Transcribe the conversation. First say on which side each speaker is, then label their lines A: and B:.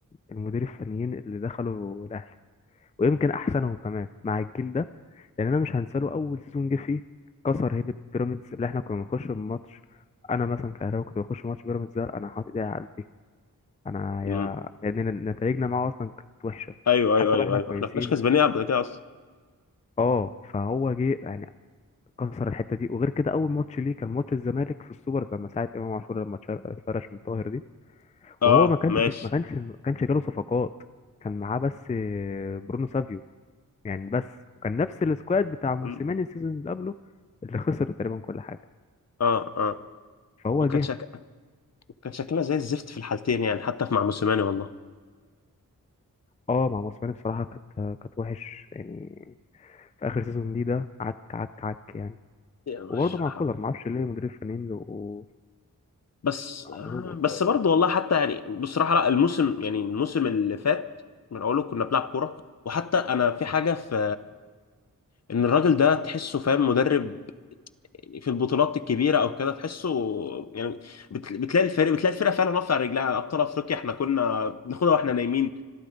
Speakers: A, on the left; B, on the left.
A: المدير الفنيين اللي دخلوا الاهلي ويمكن احسنهم كمان مع الجيل ده لان انا مش هنساله اول سيزون جه فيه كسر هيبه بيراميدز اللي احنا كنا بنخش الماتش انا مثلا كهراوي كنت بخش ماتش بيراميدز ده انا حاطط ايدي على قلبي انا يا
B: أمم.
A: لان نتائجنا معاه اصلا كانت وحشه
B: ايوه
A: حتى
B: ايوه ايوه
A: لو احنا
B: ايوه
A: كويسين
B: احنا ما كناش كسبانين قبل كده اصلا
A: اه فهو جه يعني كسر الحته دي وغير كده اول ماتش ليه كان ماتش الزمالك في السوبر لما ساعه امام عاشور لما اتشر- اتفرش من طاهر دي
B: اه
A: وهو ما كانش
B: ماشي
A: ما كانش ما كانش جاله صفقات كان معاه بس آه، برونو سافيو يعني بس وكان نفس السكواد بتاع موسيماني
B: أمم.
A: السيزون اللي قبله اللي خسر تقريبا كل حاجه
B: اه اه
A: فهو
B: وكان
A: جه
B: شك... كان شكلنا زي الزفت في الحالتين يعني حتى مع موسيماني والله
A: اه مع موسيماني بصراحه كانت كانت وحش يعني في اخر سيزون ليه ده عك عك عك يعني
B: يعني مش
A: وبرضه مع كولر ما اعرفش ليه مدير الفنانين بيبقوا
B: بس
A: عمرهم قصير
B: بس برضه
A: كده
B: والله حتى يعني بصراحة لا الموسم يعني الموسم اللي فات من أوله كنا بنلعب كورة وحتى أنا في حاجة في إن الراجل ده تحسه فاهم مدرب في البطولات الكبيرة أو كده تحسه يعني بت- بتلاقي الفريق بتلاقي الفرقة فعلا واقفة على رجلها أبطال أفريقيا إحنا كنا بناخدها وإحنا نايمين